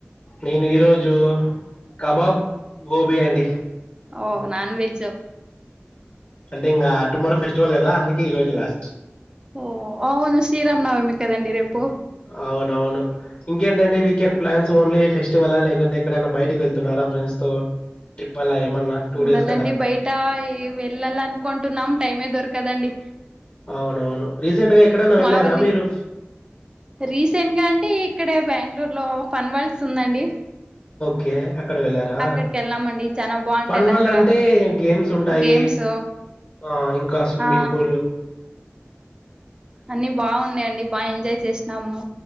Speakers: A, on the left (about 40°); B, on the right (about 20°).
A: నేను ఈరోజు కబాబ్, గోబి అండి
B: ఓ నాన్ వెెజు
A: అంటే ఇంకా టుమారో ఫెస్టివల్ కదా అందుకే ఈ రోజే లాస్ట్
B: ఓ అవును శ్రీరామనవమి కదండి రేపు
A: అవునవును ఇంకేంటండి వీకెండ్ ప్లాన్స్ ఓన్లీ ఫెస్టివలా లేకంటే ఎక్కడైనా బయటకి వెళ్తున్నారా ఫ్రెండ్స్ తో ట్రిప్ అలా ఏమన్నా టూ
B: చూడాలండి
A: డేస్ కదా
B: బయట వెళ్ళాలన్ కొంటున్నాం టైమే దొరకదండి
A: అవునవును రీసెంట్ గా ఎక్కడైనా వెళ్ళారా
B: మావన్ని
A: మీరు
B: రీసెంట్ గా అంటే ఇక్కడే బెంగళూరు లో ఫన్వాల్స్ ఉందండి
A: కే అక్కడ వెళ్ళారా
B: అక్కడికి వెళ్ళామండి చానా బాగుంటది
A: ఫన్ వల్డ్
B: అక్కడ
A: అంటే గేమ్స్ ఉంటాయి
B: గేమ్స్
A: ఆ ఇంకా స్విమ్మింగ్
B: ఆ
A: పూల్
B: అన్ని బాగున్నాయియండి బా ఎంజాయ్ చేస్ తన్నాము